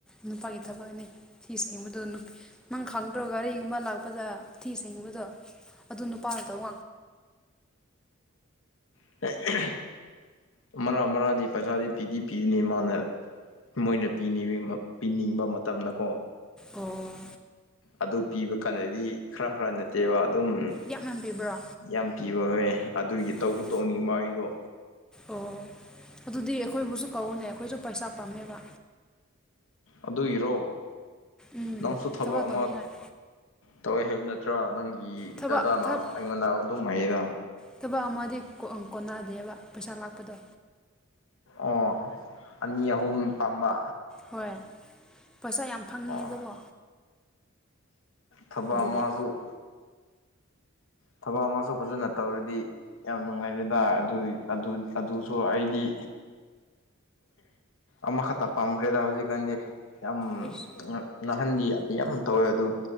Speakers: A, in the centre; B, on the left (about 70°).
A: ꯅꯨꯄꯥꯒꯤ ꯊꯕꯛꯅꯤ ꯊꯤ ꯁꯦꯡꯕꯗꯨ ꯅꯨꯄꯤ ꯅꯪ ꯈꯪꯗ꯭ꯔꯣ ꯒꯥꯔꯤꯒꯨꯝꯕ ꯂꯥꯛꯄꯗ ꯊꯤ ꯁꯦꯡꯕꯗꯣ ꯑꯗꯨ ꯅꯨꯄꯥꯅ ꯇꯧ ꯉꯥꯛ
B: <unintelligible> ꯃꯔꯛ ꯃꯔꯛꯗꯤ ꯄꯩꯁꯥꯗꯤ ꯄꯤꯗꯤ ꯄꯤꯅꯤ ꯃꯥꯅ ꯃꯣꯏꯅ ꯄꯤꯅꯤꯡ ꯄꯤꯅꯤꯡꯕ ꯃꯇꯝꯗꯀꯣ
A: ꯑꯣ
B: ꯑꯗꯨ ꯄꯤꯕ ꯀꯥꯟꯅꯗꯤ ꯈꯔ ꯈꯔ ꯅꯠꯇꯦꯕ ꯑꯗꯨꯝ
A: ꯌꯥꯝ ꯌꯥꯝ ꯄꯤꯕ꯭ꯔꯣ
B: ꯌꯥꯝ ꯄꯤꯕ ꯍꯣꯏ ꯑꯗꯨꯒꯤ
A: ꯑꯣ
B: ꯇꯧꯁꯨ ꯇꯧꯅꯤꯡꯕ ꯑꯩꯁꯨ
A: ꯑꯣ ꯑꯗꯨꯗꯤ ꯑꯩꯈꯣꯏꯕꯨꯁꯨ ꯀꯧꯋꯣꯅꯦ ꯑꯩꯈꯣꯏꯁꯨ ꯄꯩꯁꯥ ꯄꯥꯝꯃꯦꯕ
B: ꯑꯗꯨꯏꯔꯣ
A: ꯎꯝ
B: ꯅꯪꯁꯨ ꯊꯕꯛ ꯑꯃ
A: ꯇꯧꯅꯤꯡꯉꯥꯏ
B: ꯇꯧꯋꯦ ꯍꯥꯏꯕ ꯅꯠꯇ꯭ꯔꯣ ꯅꯪꯒꯤ
A: ꯊꯕꯛ
B: ꯗꯗꯥꯅ
A: ꯊꯕꯛ
B: ꯑꯩꯉꯣꯟꯗ ꯑꯗꯨꯝ ꯍꯥꯏꯌꯦꯗꯥ
A: ꯊꯕꯛ ꯑꯃꯗꯤ ꯀꯣꯟ ꯀꯣꯟꯅꯗꯦꯕ ꯄꯩꯁꯥ ꯂꯥꯛꯄꯗꯣ
B: ꯑꯣ ꯑꯅꯤ ꯑꯍꯨꯝ ꯄꯥꯝꯕ
A: ꯍꯣꯏ ꯄꯩꯁꯥ ꯌꯥꯝ ꯐꯪꯅꯤꯡꯉꯦꯕꯀꯣ
B: ꯑꯣ ꯊꯕꯛ
A: ꯑꯗꯨꯒꯤ
B: ꯑꯃꯁꯨ ꯊꯕꯛ ꯑꯃꯁꯨ ꯐꯖꯅ ꯇꯧꯔꯗꯤ ꯌꯥꯝ ꯅꯨꯡꯉꯥꯏꯔꯦꯗ ꯑꯗꯨꯏ ꯑꯗꯨ ꯑꯗꯨꯁꯨ ꯑꯩꯗꯤ ꯑꯃꯈꯛꯇ ꯄꯥꯝꯈ꯭ꯔꯦꯗ ꯍꯧꯖꯤꯛꯀꯥꯟꯗꯤ ꯌꯥꯝ
A: ꯑꯩꯁ
B: ꯅꯥꯍꯟꯗꯤ ꯌꯥꯝ ꯇꯧꯋꯦ ꯑꯗꯨ